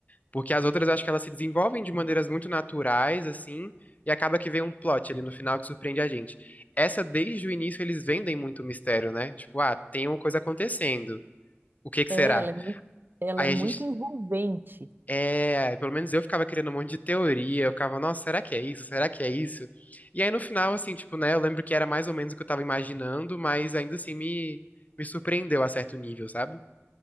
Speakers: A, on the left; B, on the right.
A: Porque as outras eu acho que elas se desenvolvem de maneiras muito naturais, assim, e acaba que vem um plot ali no final que surpreende a gente. Essa, desde o início, eles vendem muito mistério, né? Tipo, ah, tem uma coisa acontecendo. O que que
B: É,
A: será?
B: ela é muito, ela
A: Aí
B: é muito
A: a gente.
B: envolvente.
A: É, pelo menos eu ficava criando um monte de teoria, eu ficava, nossa, será que é isso? Será que é isso? E aí no final, assim, tipo, né, eu lembro que era mais ou menos o que eu tava imaginando, mas ainda assim me, me surpreendeu a certo nível, sabe?